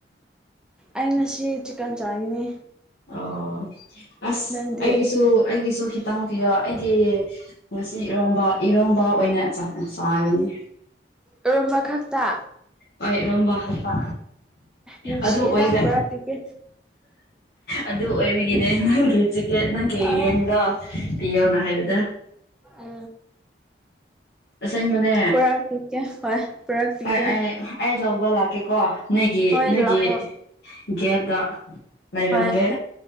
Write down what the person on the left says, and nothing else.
ꯑꯣ ꯑꯁ
ꯑꯩꯒꯤꯁꯨ ꯑꯩꯒꯤꯁꯨ ꯇꯥꯡ ꯄꯤꯌꯣ ꯑꯩꯗꯤ ꯉꯁꯤ ꯏꯔꯣꯝꯕ ꯏꯔꯣꯝꯕ ꯑꯣꯏꯅ ꯆꯥꯒꯅꯤ
ꯍꯣꯏ ꯔꯣꯝꯕ ꯐꯄꯥ
ꯑꯗꯨ ꯑꯣꯏꯗ
ꯑꯗꯨ ꯑꯣꯏꯔꯤꯒꯤꯅꯦ ꯅꯪꯒꯤ ꯆꯤꯀꯦꯠ ꯅꯪꯒꯤ
ꯌꯦꯟꯗꯣ ꯄꯤꯌꯣꯅ ꯍꯥꯏꯕꯗ
ꯑꯁꯦꯡꯕꯅꯦ
ꯍꯣꯏ ꯑꯩ ꯑꯩ ꯂꯧꯕ ꯂꯥꯛꯀꯦꯀꯣ ꯅꯣꯏꯒꯤ
ꯅꯣꯏꯒꯤ
ꯒꯦꯗ ꯂꯩꯔꯝꯒꯦ